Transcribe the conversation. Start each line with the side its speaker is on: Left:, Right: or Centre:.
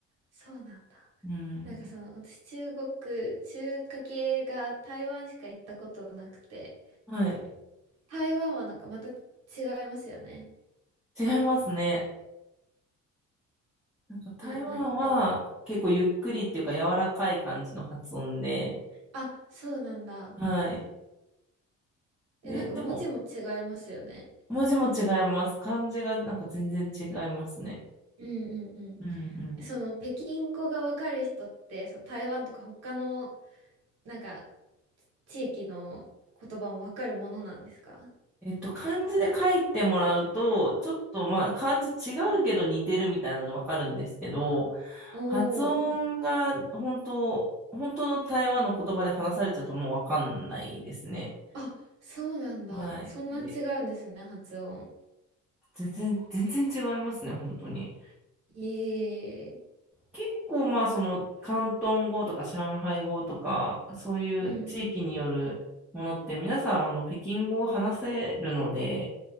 Right: そうなんだ。
Centre: うん。
Right: なんかその、私中国、中華系が台湾しか行ったことなくて、
Centre: はい。
Right: 台湾はなんかまた違いますよね。
Centre: 違いますね。なんか台湾は結構ゆっくりっていうか柔らかい感じの発音で、
Right: な、何語あ、そうなんだ。
Centre: はい。
Right: え、
Centre: で、
Right: なんか文字も違いますよね。
Centre: でも文字も違います。漢字がなんか全然違いますね。
Right: うんうんう
Centre: うんうん。
Right: ん。その、北京語がわかる人って、その台湾とか他のなんか、地域の言葉もわかるものなんですか
Centre: えっと、漢字で書いてもらうと、ちょっとまあ漢字違うけど似てるみたいなのでわかるんですけど、
Right: お
Centre: 発音が本当、
Right: おー。
Centre: 本当の台湾の言葉で話されちゃうともうわかんないですね。
Right: あ、そうなんだ。
Centre: はい。
Right: そんな違うんですね、
Centre: で、
Right: 発音。
Centre: 全然、全然違いますね、本当に。
Right: ええ。
Centre: 結構まあその広東語とか上海語とかそういう地域によるものって皆さんあの北京語を話せるので、
Right: うんうん。